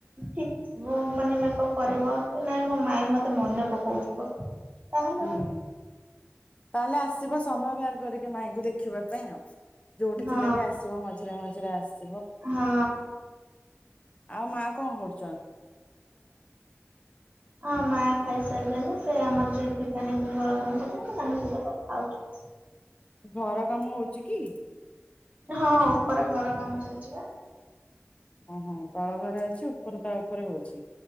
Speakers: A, on the right (about 35°); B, on the left (about 25°).
A: ଠିକ୍ ଥିବ ମାନେ ମେକଅପ୍ କରିବ କି ନହିଁ ମୋ ମାଇ ମ ମନେ ପକଉଥିବ। ତାହେଲେ
B: ହୁଁ ତାହେଲେ ଆସିବ ସମୟ ବାହାର ମାଇଙ୍କୁ ଦେଖିବା ପାଇଁ ଆଉ ଯୋଉଠି
A: ହଁ
B: ଥିଲେ ବି ଆସିବ ମଝିରେ ମଝିରେ ଆସ
A: ହଁ।
B: ଆଉ ମା କଣ କରୁଛ
A: ହଁ ମାଖାଇ ସାରିଲେଣି। ସେ ଆମର ଯୋ ଠିକାନେଇଛନ୍ତି ଘର କାମ କରୁଛନ୍ତି ତାଙ୍କ ସହିତ କଥା ହଉଛନ୍ତି।
B: ଘର କାମ ହଉଛି କି।
A: ହଁ ଉପର ଘର କାମ ଚାଲିଛି ବା
B: ଓହୋଃ ତଳ ଘରେ ଅଛି ଉପରେ ତା ଉପରେ ହେଉଛି